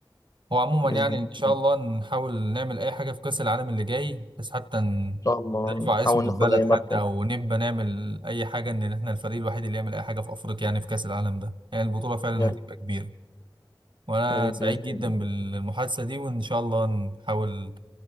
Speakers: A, on the right (about 65°); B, on the left (about 40°).
A: هو عموما
B: بإذن
A: يعني
B: الله
A: ان شاء
B: إن
A: الله نحاول نعمل اي حاجه في كاس العالم اللي جاي بس حتى ن-
B: شاء الله
A: نرفع
B: نحاول
A: اسم البلد
B: ناخد أي
A: حتى
B: مركز
A: او نبقى نعمل اي حاجه ان احنا الفريق الوحيد اللي يعمل اي حاجه في افريقيا يعني في كاس العالم ده يعني البطوله فعلا
B: يا ريت
A: هتبقى كبيره وانا
B: يا ريت
A: سعيد
B: بإذن
A: جدا
B: الله
A: بالمحادثه دي وان شاء الله نحاول